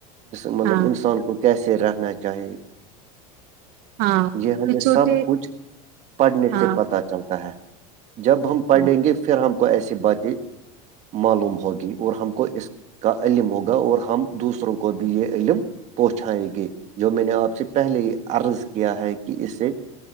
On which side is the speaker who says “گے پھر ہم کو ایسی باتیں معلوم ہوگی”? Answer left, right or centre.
Right